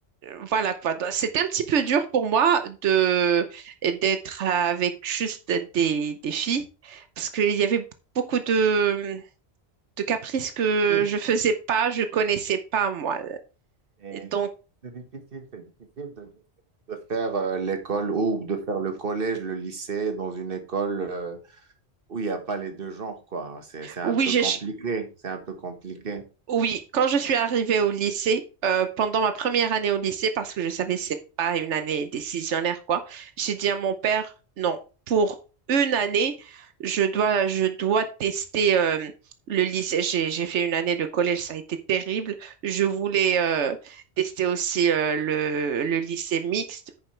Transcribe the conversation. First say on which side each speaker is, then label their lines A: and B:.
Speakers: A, on the right; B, on the right.
A: voilà quoi. Donc, C'était un petit peu dur pour moi de, d'être avec juste des, des filles parce qu'il y avait beaucoup de, de caprices que
B: oui,
A: je faisais pas, je connaissais pas moi.
B: C'est
A: Donc,
B: c'est difficile, c'est difficile de, de- de faire euh, l'école ou de faire le collège, le lycée dans une école. euh, où il n'y a pas les deux genres, quoi. C'est, c'est un
A: oui,
B: peu
A: j'ai,
B: compliqué.
A: ch-
B: C'est un peu compliqué.
A: Oui, quand je suis arrivée au lycée, euh, pendant ma première année au lycée, parce que je savais c'est pas une année décisionnaire quoi, j'ai dit à mon père, non, pour une année, je dois, je dois tester euh, le lycée. J'ai, j'ai fait une année de collège, ça a été terrible. Je voulais euh, tester aussi euh, le, le lycée mixte